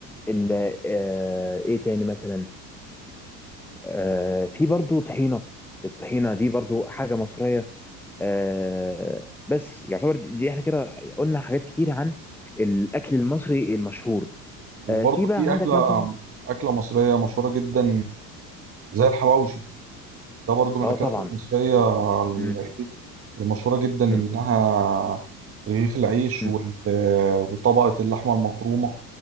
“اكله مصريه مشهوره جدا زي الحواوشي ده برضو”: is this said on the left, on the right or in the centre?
Right